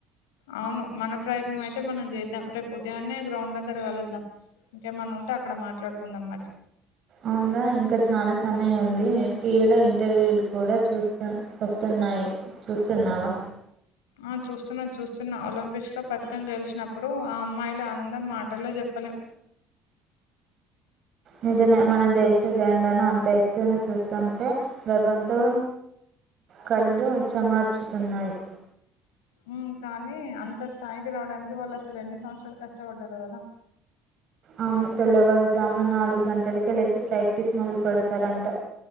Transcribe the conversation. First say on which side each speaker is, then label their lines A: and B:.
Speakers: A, on the left; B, on the right.
A: అవును మన ప్రయత్నం అయితే మనం చేద్దాం రేపు ఉదయాన్నే గ్రౌండ్ దగ్గర కలుద్దాం ఇంకేమన్న ఉంటే అక్కడ మాట్లాడుకుందాం మరి
B: అవునర ఇంకా చాలా సమయం ఉంది టీవీ లో ఇంటర్వ్యూలు కూడా చూస్త వస్తన్ న్నాయి చూస్తున్నావా
A: ఆ చూస్తున్నా చూస్తున్నా ఒలింపిక్స్లో పథకం గెలిచినప్పుడు ఆ అమ్మాయిలు ఆనందం మాటల్లో చెప్ ప్పలేం
B: నిజమే మన దేశ జెండాను అంత ఎత్తున చూస్తుంటే గర్వంతో కళ్ళు చెమార్చుతున్నాయి
A: ఉమ్ కానీ అంత స్థాయికి రావడానికి వాళ్ళు అసలు ఎన్ని సంవత్సరాలు కష్టపడ్డారో కదా
B: అవును తెల్లవారుజామున నాలుగు గంటలకి లేచి ప్రాక్టీస్ మొదలు పెడతారంట